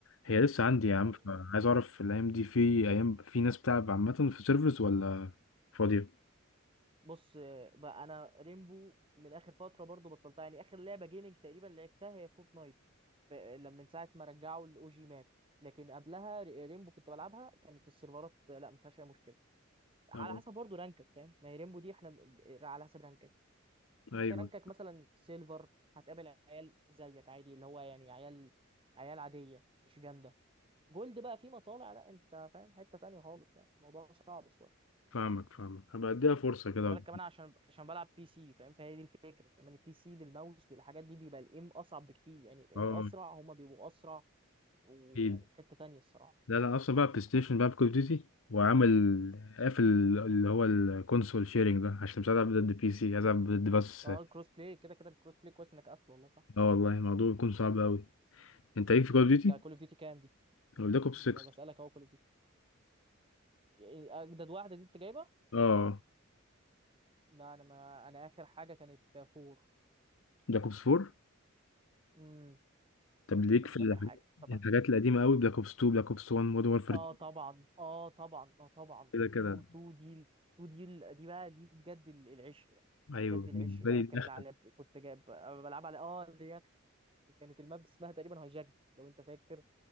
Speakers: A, on the left (about 85°); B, on the right (about 25°).
A: هي لسه عندي يا عم
B: يعني
A: فعايز اعرف الايام دي في ايام في ناس بتلعب عامه في سيرفرز ولا فاضيه
B: بص آه، بقى انا ريمبو من اخر فتره برضو بطلتها يعني اخر لعبه جيمنج تقريبا لعبتها هي فورتنايت ف... لما من ساعه ما رجعوا الاو جي ماب لكن قبلها ريمبو كنت بلعبها كانت السيرفرات آه، لا ما فيهاش اي مشكله على
A: اه
B: حسب برضه رانكك فاهم ما هي ريمبو دي احنا ب- ب- على حسب رانكك
A: ايوه
B: انت رانكك مثلا سيلفر هتقابل عيال زيك عادي اللي هو يعني عيال عيال عادية مش جامدة جولد بقى في مطالع لا انت فاهم حتة تانية خالص يعني الموضوع صعب شوية
A: فاهمك فاهمك هبقى اديها فرصه كده
B: خلي بالك كمان عشان عشان بلعب بي سي فاهم فهي دي الفكرة كمان البي سي بالماوس بالحاجات دي بيبقى الايم اصعب بكتير يعني الايم
A: اه
B: اسرع هما بيبقوا اسرع ويعني
A: اكيد
B: في حتة تانية الصراحة
A: لا لا اصلا بقى بلاي ستيشن بقى بكول ديوتي وعامل قافل اللي هو الكونسول شيرنج ده عشان مش عايز العب ضد بي سي عايز العب ضد بس
B: اه الكروس بلاي كده كده الكروس بلاي كويس انك قافله والله صح
A: اه والله الموضوع بيكون صعب قوي انت ليك في كول ديوتي
B: انت كول اوف ديوتي كام دي؟
A: ولا بلاك اوبس
B: ما
A: 6
B: انا بسألك اهو كول إيه، اجدد واحده دي انت جايبه
A: اه
B: لا انا ما انا اخر حاجه كانت فور
A: بلاك اوبس 4
B: امم
A: طب ليك
B: كانت
A: في الحاجات
B: اخر حاجه طبعا
A: الحاجات القديمه قوي بلاك اوبس 2 بلاك اوبس 1 مودرن وورفير
B: اه طبعا اه طبعا اه طبعا
A: كده كده
B: تو تو دي تو دي ال- دي بقى دي بجد ال- العشق بقى دي
A: ايوه
B: بجد العشق
A: بالنسبه
B: بقى
A: لي
B: وكانت
A: دي اخر
B: على كنت جايب أنا بلعب على اه اللي هي كانت الماب اسمها تقريبا هايجاك لو انت فاكر